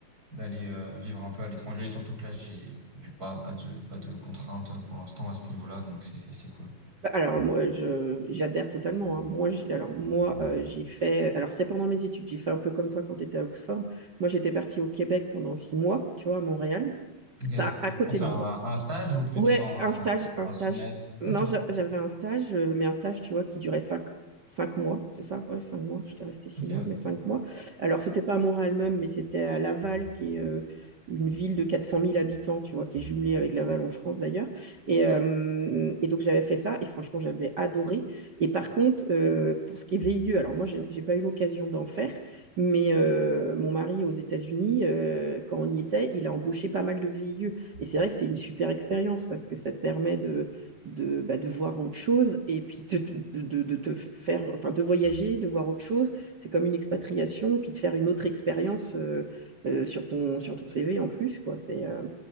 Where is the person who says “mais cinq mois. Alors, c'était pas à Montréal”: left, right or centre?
Right